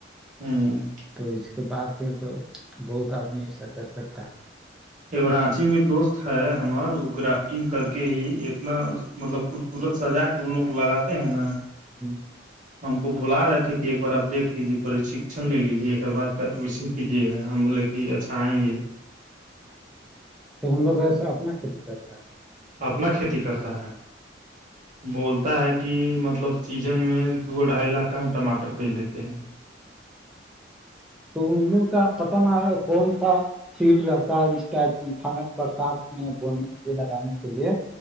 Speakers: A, on the right; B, in the centre.
A: ہوں
B: تو اس کے بعد پھر تو بہت آدمی ایسا کر سکتا ہے
A: ایک راانچی میں دوست ہے ہمر وہ گرافٹنگ کر کے ہی اتنا مطلب خوبصورت سزا کے ان لوگ لگات ت نا
B: ہوں
A: ہم کو بلا رہے تھے کہ ایک بار آپ دھ لیجیےشکشن لے لیجیے ایک بع ایڈمیشن کیجیے گا ہم بے جی اچھا آئیں گے
B: تو ان لوگ ایسا اپنا کھیتی کرتا ہے
A: اپنا کھیتی کرتا ہے بولتا ہے کہ مطلب سیزن میں دو ڈھائی لاکھ کا ہم ٹماٹر بیج لیتے ہیں
B: تو ان لوگ کا پت نہ کون سا سیٹ رہتا ہے اس ٹائپڈ برسات میں بونے کے لیے لگانے کے لیے